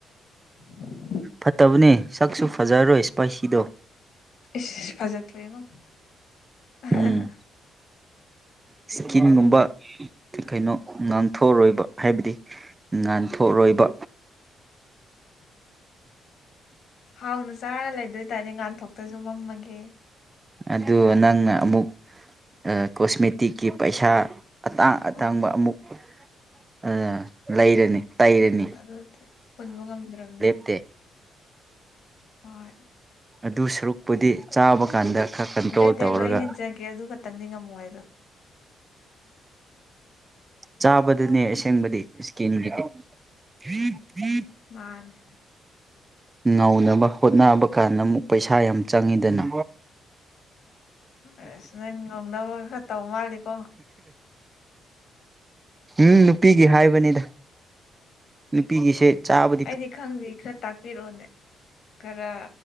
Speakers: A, on the left; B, on the right.
A: <inaudible>
B: ꯐꯠꯇꯕꯅꯦ ꯁꯛꯁꯨ ꯐꯖꯔꯔꯣꯏ ꯁ꯭ꯄꯥꯏꯁꯤꯗꯣ
A: ꯏꯁ ꯐꯖ ꯊꯣꯛꯑꯦ ꯉꯣ ꯑꯍꯥ
B: ꯎꯝ
A: ꯍꯥ
B: ꯏꯁꯀꯤꯟꯒꯨꯝꯕ ꯀꯩꯅꯣ ꯉꯥꯡꯊꯣꯛꯔꯣꯏꯕ ꯍꯥꯏꯕꯗꯤ ꯉꯥꯟꯊꯣꯛꯔꯣꯏꯕ
A: ꯍꯥꯎꯅ ꯆꯥꯔꯒ ꯂꯩꯗꯣꯏ ꯇꯔꯗꯤ ꯉꯥꯟꯊꯣꯛꯇꯁꯨ ꯃꯝꯃꯒꯦ
B: ꯑꯗꯨ ꯅꯪꯅ ꯑꯃꯨꯛ ꯑ ꯀꯣꯁꯃꯦꯇꯤꯛꯀꯤ ꯄꯩꯁꯥ ꯑꯇꯥꯡ ꯑꯇꯥꯡꯕ
A: ꯑꯣ
B: ꯑꯃꯨꯛ ꯑ ꯂꯩꯔꯅꯤ ꯇꯩꯔꯅꯤ
A: ꯑꯗꯨꯗꯤ ꯍꯨꯟꯕ ꯉꯝꯗ꯭ꯔꯕꯅꯤꯅ
B: ꯇꯦ
A: ꯍꯣꯏ
B: ꯑꯗꯨ ꯁꯔꯨꯛꯄꯨꯗꯤ ꯆꯥꯕ ꯀꯥꯟꯗ ꯈꯔ ꯀꯟꯇ꯭ꯔꯣꯜ
A: ꯑꯇꯩ ꯑꯇꯩ
B: ꯇꯧꯔꯒ
A: ꯂꯣꯏ ꯍꯦꯟꯖꯒꯦ ꯑꯗꯨ ꯈꯛꯇꯪꯗꯤ ꯉꯝꯃꯣꯏ ꯑꯗꯣ
B: ꯆꯥꯕꯗꯅꯦ ꯑꯁꯦꯡꯕꯗꯤ ꯏꯁꯀꯤꯟꯒꯤꯗꯤ ꯍ ꯍ <unintelligible>
A: ꯃꯥꯅꯦ
B: ꯉꯧꯅꯕ ꯍꯣꯠꯅꯕ ꯀꯥꯟꯗ ꯑꯃꯨꯛ ꯄꯩꯁꯥ ꯌꯥꯝ ꯆꯪꯉꯤꯗꯅ
A: ꯑꯁ ꯅꯪ ꯉꯧꯅꯕ ꯈꯔ ꯇꯧ ꯃꯥꯜꯂꯤꯀꯣ
B: ꯎꯝ ꯅꯨꯄꯤꯒꯤ ꯍꯥꯏꯕꯅꯤꯗ ꯅꯨꯄꯤꯒꯤꯁꯦ ꯆꯥꯕ
A: ꯑꯩꯗꯤ ꯈꯪꯗꯦ ꯈꯔ ꯇꯥꯛꯄꯤꯔꯣꯅꯦ ꯈꯔ